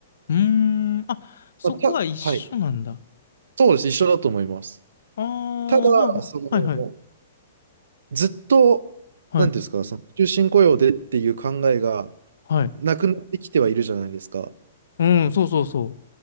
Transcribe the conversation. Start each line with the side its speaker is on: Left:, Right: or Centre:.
Left: ーん。あ、そこは一緒なんだ。
Right: まあ、た、はい。そうです。一緒だと思います。
Left: ああ、
Right: ただ、
Left: はあはあはいはい。
Right: その、ずっと、
Left: はい。
Right: なんていうんですか、その、終身雇用でっていう考えが
Left: はい。
Right: なくなってきてはいるじゃないですか。
Left: うん、そうそうそ